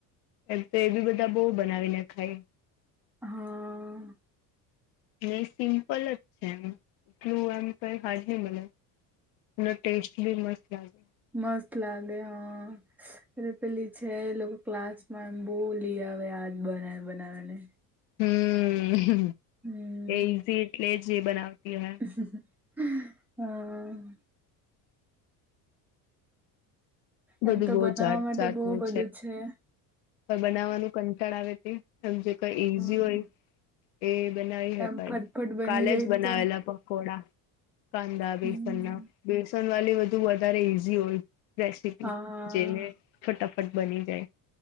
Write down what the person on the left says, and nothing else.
એમ તો એ બી બધા બહુ બનાવીને ખાય.
ને સિમ્પલ જ છે, એમ એટલું એમ કઈ હાજરી મળને પુણ ટેસ્ટ ભી મસ્ત લાગે.
હમ
એ ઈઝી એટલે જ એ બનાવતી હોય.
બધું
બહુ
જાત
જાતનું
બનાવવાનું કંટાળ આવે તજ કઈ ઈઝી
હોય એ બનાવી હકાય
કાલે
જ બનાવેલા
પકોડા. કાંદા બેસન
ના બેસન વાળલી બધું વધારે ઈઝી હોય રેસીપી
જેને ફટાફટ બની જાય.